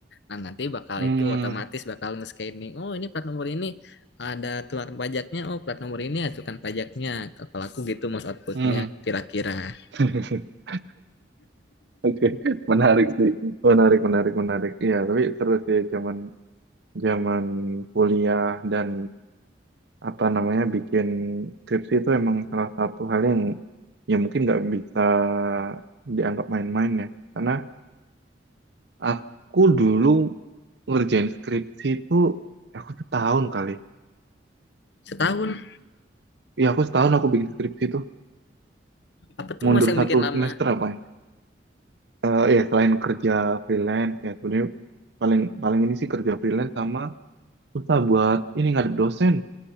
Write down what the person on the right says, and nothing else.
mm-mm,
mm, mm.
<laughs> Oke, menarik sih. Menarik, menarik, menarik. Iya, tapi terus ya zaman zaman kuliah dan apa namanya bikin skripsi itu emang salah satu hal yang ya mungkin nggak bisa dianggap main-main ya. Karena Aku dulu ngerjain skripsi itu ya aku setahun kali.
Ya aku setahun aku bikin skripsi itu
mundur
satu
semester apa ya? Eh, ya selain kerja freelance ya sebenarnya paling paling ini sih kerja freelance sama susah buat ini ngadep dosen.